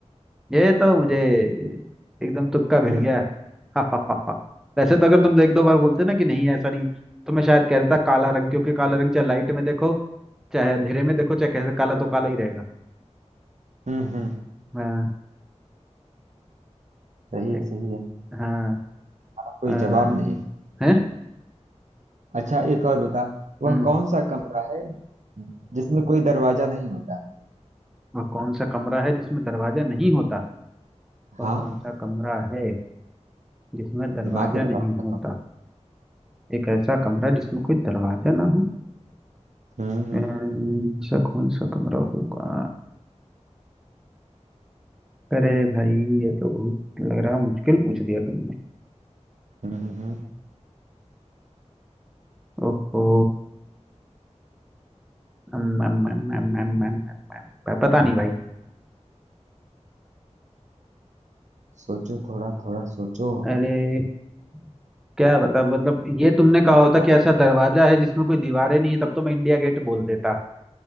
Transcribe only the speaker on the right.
हम्म
हम्म हम्म
सही है
सही है
हाँ, कोई
जवाब नहीं
अच्छा एक और बता वह
कौन सा कमरा है जिसमें कोई दरवाजा नहीं होता
हाँ
दिमाग लगाओ
बताओ
हम्म हम्म
हम्म हम्म, हम्म।
सोचो थोड़ा थोड़ा सोचो
वह
घो-